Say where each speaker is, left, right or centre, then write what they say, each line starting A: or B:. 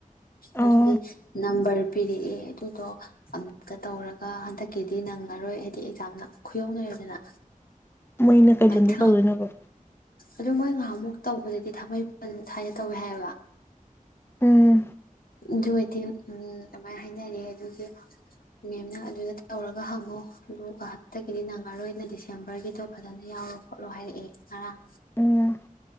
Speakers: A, on the left; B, on the left.
A: ꯑꯣ
B: ꯑꯗꯨꯒꯤ ꯅꯝꯕꯔ ꯄꯤꯔꯛꯑꯦ ꯑꯗꯨꯗꯣ ꯑꯝꯇ ꯇꯧꯔꯒ ꯍꯟꯗꯛꯀꯤꯗꯤ ꯅꯪꯉꯔꯣꯏ ꯍꯥꯏꯗꯤ ꯑꯦꯛꯖꯥꯝꯅ ꯈꯨꯌꯧꯅꯔꯦꯗꯅ
A: ꯃꯣꯏꯅ ꯀꯩ
B: ꯃꯊꯪ
A: ꯂꯝꯗ ꯇꯧꯗꯣꯏꯅꯣꯕ
B: ꯑꯗꯨ ꯃꯣꯏ ꯉꯥꯍꯥꯟꯃꯨꯛ ꯇꯧꯕꯗꯗꯤ ꯊꯥꯡꯃꯩꯕꯟꯗ ꯊꯥꯏꯅ ꯇꯧꯋꯦ ꯍꯥꯏꯌꯦꯕ
A: ꯎꯝ
B: ꯂꯧꯁꯤꯟꯕ ꯉꯝꯗꯕ ꯎꯝ ꯑꯗꯨꯃꯥꯏꯅ ꯍꯥꯏꯅꯔꯑꯦ ꯑꯗꯨꯒꯤ ꯃꯦꯝꯅ ꯑꯗꯨꯗ ꯇꯧꯔꯒ ꯍꯪꯉꯣ ꯑꯗꯨꯒ ꯍꯟꯇꯛꯀꯤꯗꯤ ꯅꯪꯉꯔꯣꯏꯅ ꯗꯤꯁꯦꯝꯕꯔꯒꯤꯗꯣ ꯐꯖꯅ ꯌꯥꯎꯔꯣ ꯈꯣꯠꯂꯣ ꯍꯥꯏꯔꯛꯑꯦ ꯉꯔꯥꯡ
A: ꯎꯝ